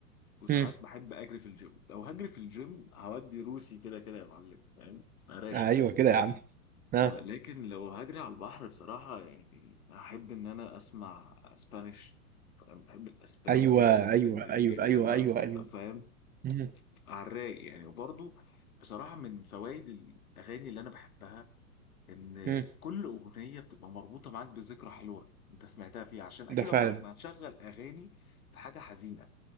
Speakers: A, on the left; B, on the right.
A: وساعات
B: هم.
A: بحب اجري في الجيم لو هجري في الجيم هودي روسي كده كده يا معلم فاهم انا راشق
B: ايوه كده يا عم ها
A: آه، لكن لو هجري على البحر بصراحة يعني هحب ان انا اسمع اسبانيش فانا بحب الاسباني
B: ايوه
A: جدا جدا
B: ايوه ايوه
A: جدا
B: ايوه
A: بقى
B: ايوه
A: بتبقى
B: ايوه
A: فاهم
B: هم.
A: على الرايق يعني وبرضه بصراحة من فوائد الاغاني اللي انا بحبها ان
B: هم.
A: كل اغنية بتبقى مربوطة معاك بذكرى حلوة انت سمعتها فيها عشان اكيد
B: ده فعلا
A: عمرك ما هتشغل اغاني في حاجة حزينة